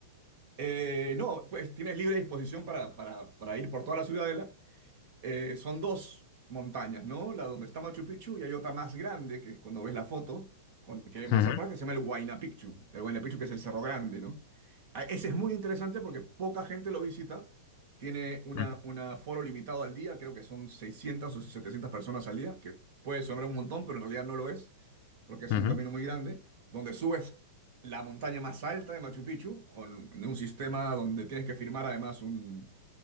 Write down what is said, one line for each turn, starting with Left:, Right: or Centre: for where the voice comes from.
Right: Eh, no, pues tienes libre disposición para, para, para ir por toda la ciudadela eh, son dos montañas, ¿no? La donde está Machu Picchu y hay otra más grande, que es cuando ves la foto, con- que hay más
Left: Ujú.
Right: atrás, que se llama el Huayna Picchu. El Huayna Picchu que es el Cerro Grande, ¿no? Ah, Ese es muy interesante porque poca gente lo visita. Tiene una,
Left: Ujú,
Right: una aforo limitado al día, creo que son 600 o 700 personas al día, que puede sonar un montón, pero en realidad no lo es, porque es
Left: ujú.
Right: un camino muy grande, donde subes la montaña más alta de Machu Picchu con un sistema donde tienes que firmar además un,